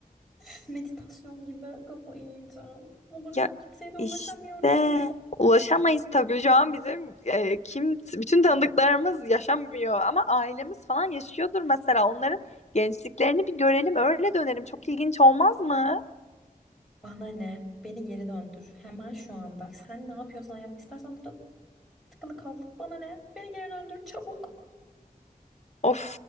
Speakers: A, in the centre; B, on the left.
A: Üf, meditasyon gibi kafayı yiyeceğim. Allah'ım
B: Ya
A: kimseye de ulaşamıyoruz.
B: işte ulaşamayız tabii. Şu an bizim e, kim bütün tanıdıklarımız yaşamıyor ama ailemiz falan yaşıyordur mesela. Onların gençliklerini bir görelim, öyle dönelim. Çok ilginç olmaz mı?
A: Bana ne? Beni geri döndür. Hemen şu anda. Sen ne yapıyorsan yap. İstersen burada tıkılı kal. Bana ne? Beni geri döndür çabuk.
B: Of